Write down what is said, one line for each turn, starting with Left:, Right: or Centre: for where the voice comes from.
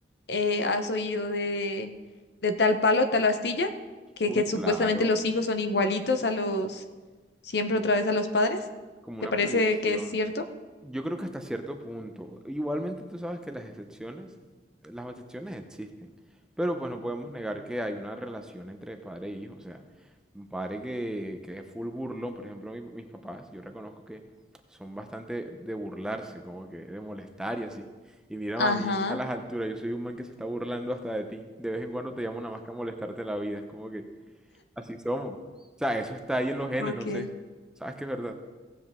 Left: eh, has oído de, de tal palo, tal astilla, que,
Centre: Uy,
Left: que
Centre: claro,
Left: supuestamente los hijos son igualitos a los, siempre otra vez a los padres.
Centre: como
Left: ¿Te
Centre: una
Left: parece
Centre: proyección.
Left: que es cierto?
Centre: Yo creo que hasta cierto punto. Igualmente tú sabes que las excepciones, las excepciones existen, pero pues no podemos negar que hay una relación entre padre e hijo. O sea, un padre que, que es full burlón, por ejemplo, mi- mis papás, yo reconozco que son bastante de burlarse, como que de molestar y así. Y mírame a
Left: Ajá.
Centre: mí, a las alturas, yo soy un man que se está burlando hasta de ti. De vez en cuando te llamo nada más que a molestarte la vida, es como que así somos. O sea, eso está ahí en los genes,
Left: Okay.
Centre: no sé. ¿Sabes que es verdad?